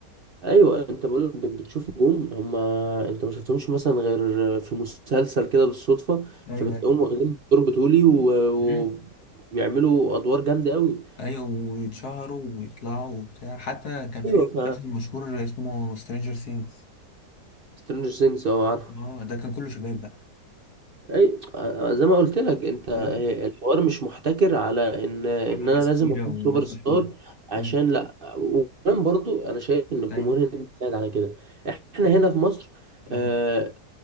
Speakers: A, on the right; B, on the left.
A: ايوه انت بقول لك بت- بتشوف نجوم هم انت ما شفتهمش مثلا غير في مسلسل كده بالصدفه
B: ايوه
A: فبتلاقيهم
B: ايوه
A: واخدين دور بطولي و- و-
B: امم
A: وبيعملوا ادوار جامده قوي
B: ايوه ويتشهروا ويطلعوا وبتاع حتى كان في
A: ايوه ف
B: مسلسل مشهور اسمه سترينجر سينجز
A: سترينجر ثينجز اه عارفه
B: اه ده كان كله شباب بقى
A: اي زي ما قلت لك انت هي-
B: اه
A: الحوار مش محتكر على ان ان
B: مع ناس
A: انا لازم
B: كبيرة
A: اكون
B: وناس
A: سوبر ستار
B: مشهورة
A: عشان
B: امم
A: لا وكمان برضو انا شايف ان الجمهور
B: ايوه
A: هنا بيساعد على كده احنا هنا في مصر آه،
B: ايوه